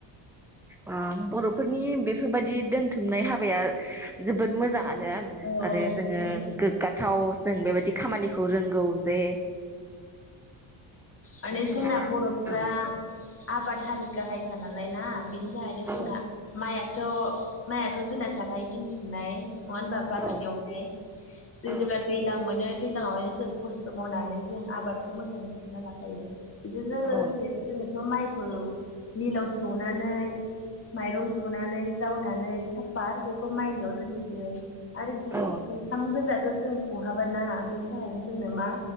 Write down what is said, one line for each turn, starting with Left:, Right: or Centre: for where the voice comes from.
Centre: अ बर' फोरफोरनि बेफोरबायाददि दोनथुमनाय हाबाया जोबोद मोजां <inaudible>
Left: औ
Centre: आरो
Left: जोबोद
Centre: जोङो
Left: मोजां
Centre: गोगाथाव जों बेबायदि खामानिखौ रोंगौ जे
Left: माने
Centre: नोंथाङा
Left: जोंना बर'फ्रा
Centre: औ
Left: आबाद हारि गाहायखा नालाय ना बिनि थाखायनो जोंना
Centre: औ
Left: माइया थ' माइयाथ' जोंना थाखाय दोनथुमनाय नङा होनबा बाख्रियावहाय
Centre: औ
Left: जों
Centre: औ
Left: जेब्ला दैज्लां मोनो दैज्लांआवनो जों खस्थ' मावनानै जों आबादखौ मोजांङै मिथिना लाखायो। बेजोंनो लोगोसे
Centre: औ
Left: जोङो थ' माइखौ मिलाव सौनानै माइरं खुनानै जावनानै साफात बेखौ माइनियाव दोनसिगोन। आरो
Centre: औ
Left: ओंखाम गोजाथ जों खहाबाय ना बेनि थाखायनो जोंनो मा